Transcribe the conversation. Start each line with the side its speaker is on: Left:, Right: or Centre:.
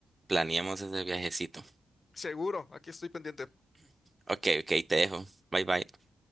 Right: planeemos ese viajecito.
Left: Seguro, aquí estoy pendiente.
Right: Ok, ok, te dejo. Bye, bye.